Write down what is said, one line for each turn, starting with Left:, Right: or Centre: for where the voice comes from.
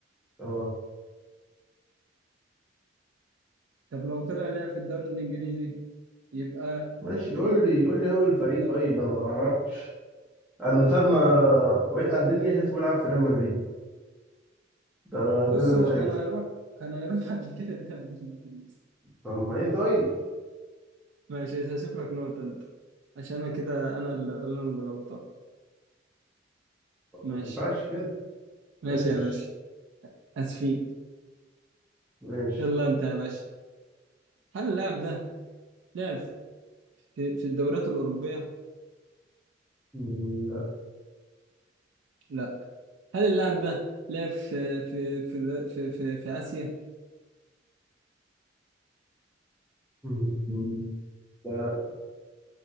Centre: اه
Right: طب لو طلع لعب في الدوري الانجليزي يبقى
Centre: ماشي
Right: يبقى
Centre: قول لي قول لي هو الفريق
Right: لا
Centre: طيب انا ما اعرفش انا من ساعه ما وقيت على الدنيا شايفه بيلعب في ريال مدريد ده أنا-
Right: بص
Centre: ده اللي انا
Right: هو
Centre: شايفه
Right: كان هيروح كان هيروح <laughs> قبل كده الدوري الانجليزي
Centre: طب ما ايه طيب
Right: ماشي هسيب لك نقطة أنت عشان أنا كده أنا اللي أنا اللي غلطان
Centre: ما
Right: ماشي
Centre: ينفعش كده
Right: ماشي
Centre: ماشي
Right: يا باشا آسفين
Centre: ماشي
Right: يلا أنت يا باشا هل اللاعب ده لعب في, في الدوريات الأوروبية؟
Centre: مم، لا
Right: لا هل اللاعب ده لعب في في في في في, في آسيا؟
Centre: مم، لا